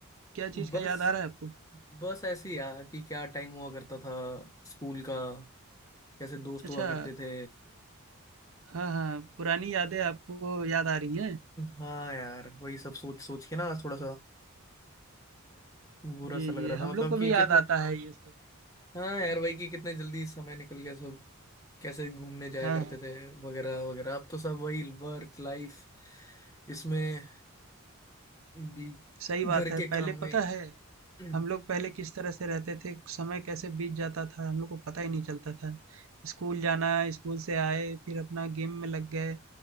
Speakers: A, on the right; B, on the left.
A: क्या चीज़
B: बस
A: का याद आ रहा है आपको
B: बस ऐसे ही यार कि क्या टाइम हुआ करता था स्कूल का कैसे दोस्त
A: अच्छा
B: हुआ करते थे
A: हाँ हाँ पुरानी यादें आपको याद आ रही हैं
B: हाँ यार वही सब सोच सोच के ना आज थोड़ा सा बुरा
A: जी
B: सा लग
A: जी
B: रहा
A: हम
B: था मतलब
A: लोग को
B: कि
A: भी याद
B: कितने
A: आता है ये सब
B: हाँ यार
A: हाँ
B: वही कि कितने जल्दी समय निकल गया सब कैसे घूमने जाया
A: हाँ
B: करते
A: हाँ।
B: थे वगैरह वगैरह अब तो सब वही वर्क लाइफ इसमें भी
A: सही बात
B: घर
A: है
B: के
A: पहले
B: काम
A: पता
B: में <clears throat>
A: है
B: हम्म,
A: हम लोग पहले किस तरह से रहते थे, समय कैसे बीत जाता था, हम लोग को पता ही नहीं चलता था। स्कूल जाना, स्कूल से आए, फिर अपना गेम में लग गए,